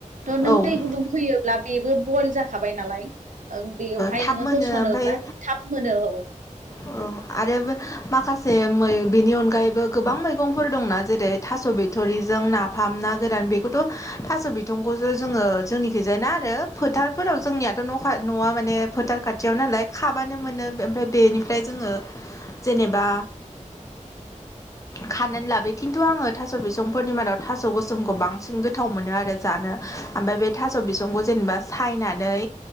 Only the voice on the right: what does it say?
थ' नों
दै गुदुं फैयोब्ला बेबो बयेल जाखाबाय नालाय ओं बेवहाय
नोङो
होसनोब्ला
थाब मोनो औ